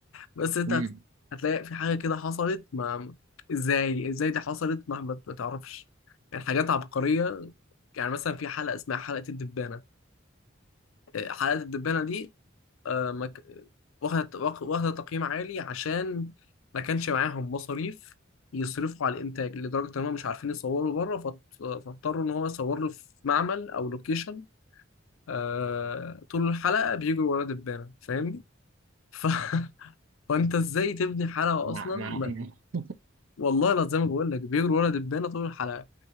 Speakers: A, on the left; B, on the right.
A: بس انت
B: امم
A: هت- هتلاقي في حاجه كده حصلت ما ازاي ازاي دي حصلت ما ما ما تعرفش يعني حاجات عبقريه يعني مثلا في حلقة اسمها حلقة الدبانة آه، حلقة الدبانة دي آه، ما ك- واخدة واخ- واخدة تقييم عالي عشان ما كانش معاهم مصاريف يصرفوا على الإنتاج لدرجة إن هم مش عارفين يصوروا بره فاضط- فاضطروا إن هو يصور له في معمل أو لوكيشن آه، طول الحلقة بيجروا ورا دبانة فاهمني؟ ف... <laughs> فأنت إزاي تبني حلقة
B: مع
A: أصلا
B: مع
A: ما...
B: <laughs>
A: والله لا زي ما بقول لك بيجروا ورا دبانة طول الحلقة